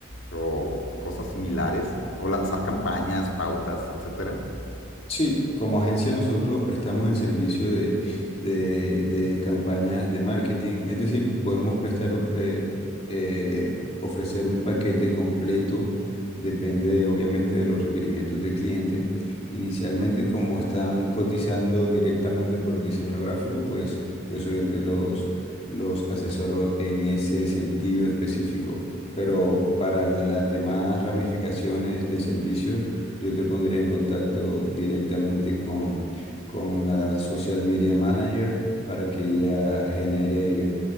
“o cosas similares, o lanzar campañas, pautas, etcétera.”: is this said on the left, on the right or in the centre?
Left